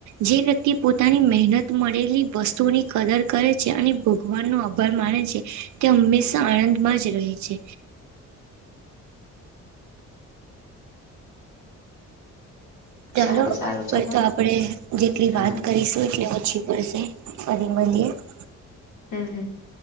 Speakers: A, on the right (about 70°); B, on the left (about 75°).
A: જે વ્યક્તિ પોતાની મેહનત મળેલી વસ્તુની કદર કરે <inaudible> ભગવાન નું અભાર માને છે, તે હંમેશા <unintelligible> જ રહે છે <inaudible> <unintelligible> તોપીક
B: સારું સારું ચલ
A: પર
B: હા
A: તો આપળે જેટલી
B: હા
A: વાત કરીશું એટલી ઓછી પળશે ફરી મલીએ. <unintelligible>
B: હમ્મ, હમ. <inaudible>